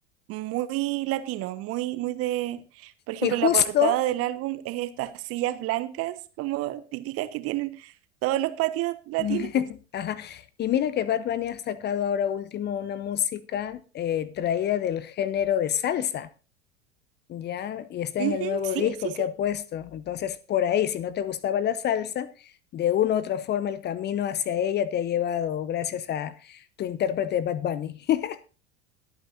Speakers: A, on the right (about 40°); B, on the left (about 30°).
A: muy latino, muy, muy de, por ejemplo,
B: Y justo,
A: la portada del álbum es estas sillas blancas como típicas que tienen todos los patios latinos.
B: <laughs> ajá. Y mira que Bad Bunny ha sacado ahora último una música eh, traída del género de salsa. ya, y está
A: Ujú,
B: en el nuevo
A: sí,
B: disco
A: sí, sí,
B: que ha puesto. Entonces, por ahí, si no te gustaba la salsa, de una u otra forma el camino hacia ella te ha llevado gracias a tu intérprete Bad Bunny. <laughs>